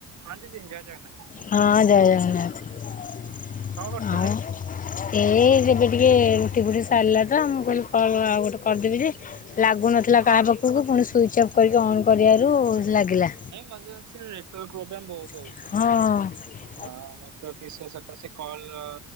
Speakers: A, on the right; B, on the left.
A: ହଁ ଦିଦି ଜୟ ଜଗନ୍ନାଥ
B: ହଁ ଜୟ ଜଗନ୍ନାଥ।
A: କଣ କରୁଥିଲେ?
B: ଆଉ ଏଇ ଏବେ ଟିକେ ରୁଟି ଫୁଟି ସାରିଲା ତ, ମୁଁ କହିଲି କଣ ଆଉ ଗୋଟେ କରିଦେବି ଯେ? ଲାଗୁନଥିଲା
A: ହଁ
B: କାହା ପାଖକୁ ପୁଣି ସୁଇଚ୍ ଅଫ୍ କରିକି ଅନ୍ କରିବାରୁ ଲାଗିଲା।
A: ମଝିରେ ସେ ନେଟୱାର୍କ ପ୍ରୋବ୍ଲେମ୍ ବହୁତ।
B: ହଁ।
A: ହଉଛି। ହଁ ନେଟୱାର୍କ ଇସ୍ୟୁ ସେଟା ସେ କଲ